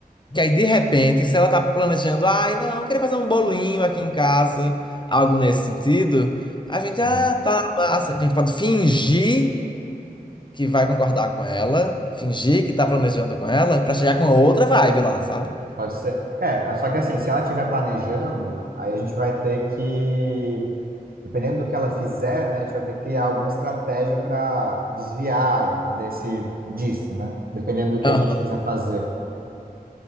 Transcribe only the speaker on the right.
sim.
Pode ser. É, só que assim, se ela estiver planejando, aí a gente vai ter que, dependendo do que ela fizer, né, a gente vai ter que criar alguma estratégia para desviar desse disso, né? Dependendo do que
a gente quiser fazer.